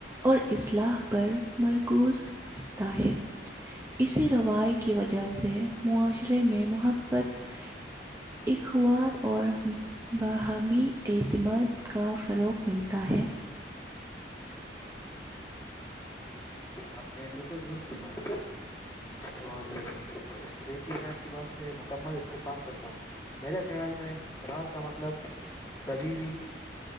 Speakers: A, on the right; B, on the left.
A: اور اصلاح پر مرکوز رکھتا ہے اسی روی کی وجہ سے معاشرے میں محبت اخواد اور باہمی اعتماد کا فروغ ملتا ہے
B: آپ نے بالکل درست گمایا اور دیکھیے میں آپ کی بات سے مکمل اتفاق کرتا ہوں میرے خیال میں رات کا مطلب کبھی بھی